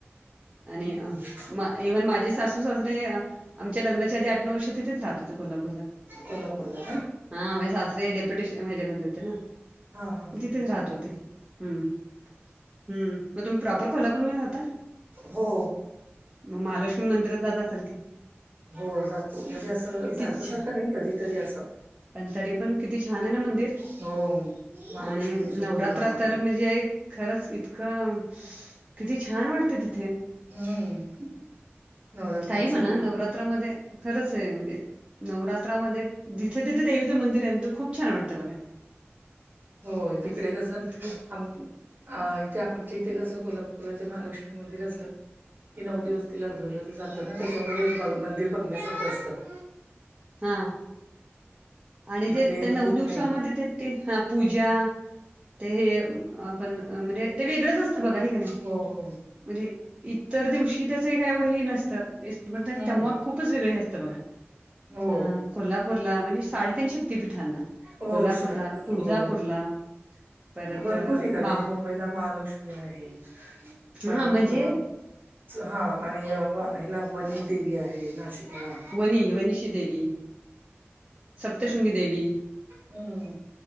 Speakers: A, on the right; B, on the right.
A: आणि
B: हम्म, हम्म,
A: अ
B: हम्म.
A: म इव्हन माझी सासू ससरे आमच्या लग्नाच्या आधी आठ नऊ वर्षे तिथेच राहत होत. कोल्हापुरला
B: कोल्हापूरला का
A: हा म्हणजे सासरे डेप्युटेशन मध्ये होते ना.
B: हा हा हा
A: तिथेच
B: हा.
A: राहत होते हम्म हम्म मग तुम्ही प्रॉपर कोल्हापूर मध्ये राहता.
B: हो.
A: मग महालक्ष्मी मंदिरात जात असाल की
B: हो जातो म्हणजे असं
A: किती
B: सारखं
A: छान
B: सारखं नाही कधीतरी असं.
A: पण तरी पण किती छान आहे ना मंदिर.
B: हो. महालक्ष्मी
A: आणि
B: ज्योतिबा
A: नवरात्रात तर म्हणजे खरंच इतकं किती छान वाटते तिथे
B: हम्म नवरात्रीत
A: काही म्हणा
B: सगळी
A: नवरात्रामध्ये खरंच आहे म्हणजे नवरात्रामध्ये जिथे तिथे देवीचं मंदिर आहे तिथ खूप छान वाटतं बघा.
B: होय तिकडे
A: असं
B: कसं
A: इतकं
B: आ. अ इथे आमच्या इथे कस कोल्हापूर ते महालक्ष्मी मंदिर असलं. कि नऊ दिवस तिला सजवलं जातं ना त्याच्यामध्ये मंदिर बघण्यासारखं असतं.
A: हा. आणि
B: मग
A: जे ते नऊ
B: खूप
A: दिवसामध्ये
B: काही
A: ते ते हा पूजा ते हे आपण म्हणजे ते वेगळंच असतं बघा हे कनी
B: हो हो.
A: म्हणजे इतर दिवशी त्याचही काय एवढ हे नसतं.
B: हम्म
A: तेव्हा खूपच वेगळे असतं बघा
B: हो
A: अ कोल्हापूरला म्हणजे साडेतीनशे शक्तीपीठांना
B: हो
A: कोल्हापूरला
B: शाळ
A: तुळजापूरला
B: हो
A: परत
B: भरपूर ठिकाणी
A: मा
B: आ मुंबईला महालक्ष्मी आहे
A: हा
B: परत
A: म्हणजे
B: हा आणि वा ह्याला वनी देवी आहे नाशिकला
A: वनी वनीषी देवी सप्तशृंगी देवी
B: हम्म